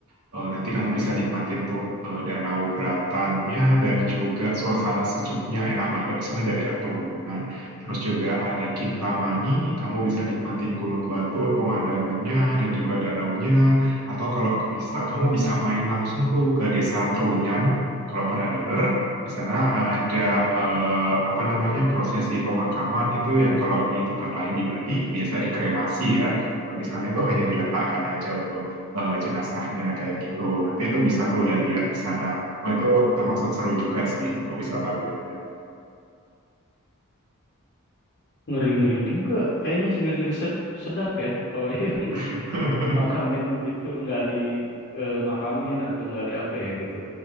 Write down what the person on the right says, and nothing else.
Eh, nanti kamu bisa nikmatin tuh eh, danau beratannya dan juga suasana sejuknya enak banget di sana daerah pegunungan. Terus juga ada Kintamani, kamu bisa nikmatin Gunung Batur, pemandangannya dan juga danaunya. Atau kalau bisa, kamu bisa main langsung tuh ke Desa Trunyan. Kalau pernah dengar, di sana ada eh, apa namanya prosesi pemakaman itu yang kalau di tempat lain di Bali biasa dikremasi ya. Kalau di sana itu hanya diletakkan aja untuk eh, jenazahnya kayak gitu. Nanti itu bisa tuh lihat-lihat di sana. Oh itu termasuk seru juga sih untuk wisata budaya.
<laughs>